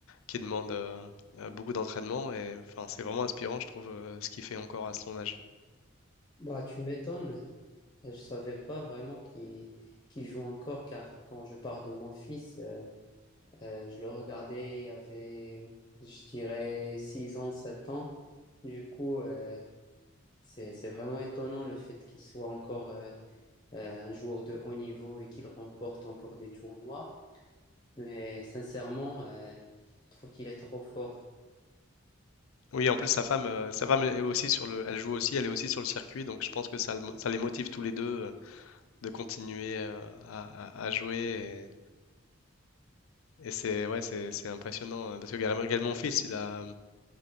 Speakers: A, on the left; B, on the left.
A: qui demande euh, euh, beaucoup d'entraînement. Et enfin, c'est vraiment inspirant, je trouve, euh, ce qu'il fait encore à son âge.
B: Bah, tu m'étonnes. Euh, Je savais pas vraiment qu'il qu'il joue encore, car quand je parle de mon fils, euh, Euh, je le regardais, il avait, je dirais, 6 ans, 7 ans. Du coup, euh, c'est, c'est vraiment étonnant le fait qu'il soit encore euh, euh, un joueur de haut niveau et qu'il remporte encore des tournois. Mais sincèrement, euh, je trouve qu'il est trop fort.
A: Oui, en plus, sa femme, euh, sa femme est aussi sur le, elle joue aussi, elle est aussi sur le circuit, donc je pense que ça, le mo- ça les motive tous les deux euh, de continuer euh, à, à- à jouer. Et, et c'est ouais, c'est c'est impressionnant euh, parce que également mon fils, il a